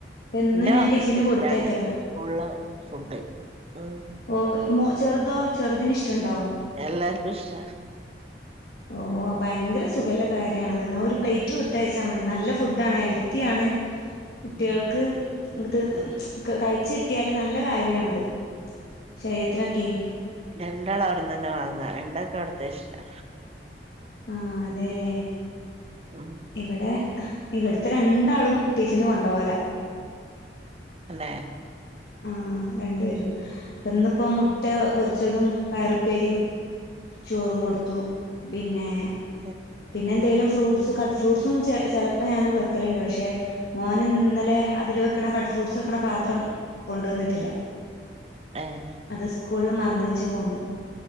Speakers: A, on the left (about 60°); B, on the right (about 35°).
A: എന്നും
B: ന്റെ
A: ഞാൻ
B: മക്കക്കിഷ്ടാണ്
A: ടിഫിന് കൊടുത്തേക്കല
B: സ്കൂൾലെ ഫുഡ് ഉം
A: ഓഹ മു ചെറുതോ ചെറുതിനിഷ്ടണ്ടോ
B: എല്ലാര്ക്കുഷ്ട
A: ഓഹ ഭയങ്കര സുഖ ള്ള കാര്യണത്ന്നാ ഒരു പ്ലേറ്റ് കൊട്ത്തയ്ച്ചാ മതി നല്ല ഫുഡാണ് ഹെൽ ത്തിയാണ് കുട്ടിയൾക്ക്
B: ഉം
A: അത് കഴിച്ച് കിട്ടിയാല് നല്ല കാര്യണത് ശരീരത്തിനൊക്കെയ്
B: രണ്ടാളവ്ട്ന്നന്നെ വാങ്ങാ രണ്ടക്കവ്ട്ത്തെഷ്ടാ
A: ആഹ് അതേലേ
B: ഉം
A: ഇവിടെ ഇവിടത്തെ രണ്ടാളും ടിഫിന് കൊണ്ടാവല
B: തന്നെ
A: ആഹ രണ്ട പേരും ഇന്നിപ്പോ മുട്ട പൊരിച്ചതും പയറുപ്പേരിയും ചോറും കൊടുത്തു പിന്നെ
B: അ
A: പിന്നെ എന്തെലും ഫ്രൂട്സ് കട്ട് ഫ്രൂട്ട്സും ചെലപ്പോ ഞാൻ വെക്കലുണ്ട് പക്ഷെ മോന് ഇന്നലെ അതില് വെക്കണ കട്ട് ഫ്രൂട്ട്സ് വെക്കണ പാത്രം കൊണ്ടുവന്നിട്ടില്ല.
B: ഏഹ്
A: അത് സ്കൂളില് മറന്ന് വെച്ച് പോന്നു.